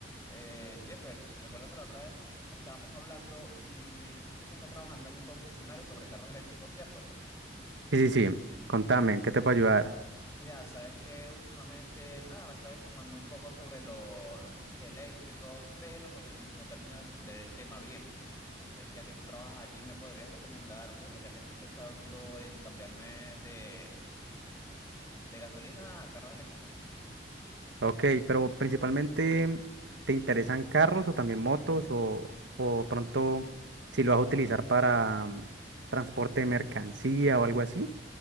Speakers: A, on the left; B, on the right.
A: Eh, Jeffer, recuerda que la otra vez estábamos hablando y me dijiste que está trabajando en un concesionario sobre carros eléctricos, ¿cierto?
B: Sí, sí, sí. Contame, ¿en ¿qué te puedo ayudar?
A: Mira, sabes que últimamente, nada, me estaba informando un poco sobre lo- los coches eléctricos, pero no, ten- no termino de entender el tema bien. Entonces, ya que tú trabajas allí, ¿me podrías recomendar uno, ya que estoy pensando en cambiarme de, de gasolina a carros eléctricos?
B: Ok, pero principalmente, ¿te interesan carros o también motos o, o pronto si lo vas a utilizar para mm, transporte de mercancía o algo así?